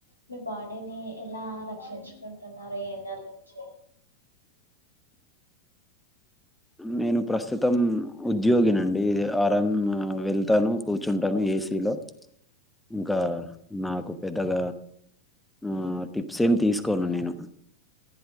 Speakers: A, on the right (about 90°); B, in the centre.
A: మీ బాడీని ఎలా రక్షించుకుంటున్నారు ఈ ఎండల్ నుంచి
B: నేను ప్రస్తుతం ఉద్యోగినండి ఆరమ్ వెళ్ తాను కూర్చుంటాను ఏసీలో ఇంక నాకు పెద్దగ ఆ టిప్స్ ఏమి తీసుకోను నేను